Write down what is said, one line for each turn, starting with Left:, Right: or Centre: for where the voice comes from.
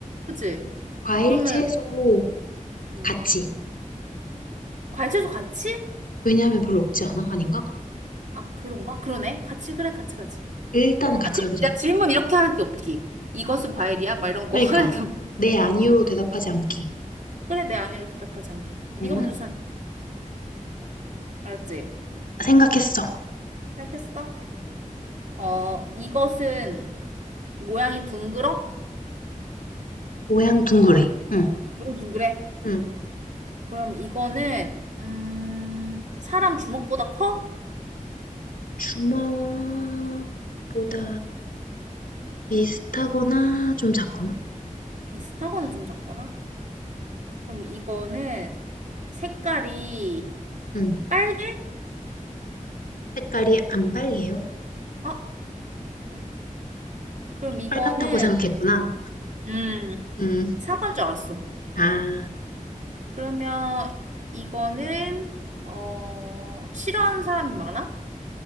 Right: 그치?
Left: 과일,
Right: 그러면,
Left: 채소,
Right: 음,
Left: 같이.
Right: 과일 채소 같이?
Left: 왜냐하면 별로 없지 않아? 아닌가?
Right: 아, 그런가? 그러네. 같이, 그래, 같이, 같이.
Left: 일단은 같이
Right: 아, 그럼
Left: 해보자.
Right: 내가 질문 이렇게 할 게 없기. 이것은 과일이야? 막 이런 거
Left: 그러니까,
Right: <laughs> 할 게 없기.
Left: 네, 아니요로
Right: 그래,
Left: 대답하지 않기.
Right: 그래, 내 아니로 대답하지 않게. 네가
Left: 응?
Right: 먼저 생각, 알았지?
Left: 생각했어.
Right: 생각했어? 어, 이것은 모양이 둥글어?
Left: 모양 둥그레. 응.
Right: 너무 둥그래?
Left: 응.
Right: 그럼 이거는, 음, 사람 주먹보다 커?
Left: 주먹보다 비슷하거나 좀 작거나?
Right: 비슷하거나 좀 작거나? 그럼 이거는 색깔이
Left: 응.
Right: 빨개?
Left: 색깔이 안 빨개요.
Right: 아, 그래. 그럼 이거는,
Left: 빨갛다고 생각했구나.
Right: 음,
Left: 응.
Right: 사과인 줄 알았어.
Left: 아.
Right: 그러면 이거는, 어, 싫어하는 사람이 많아?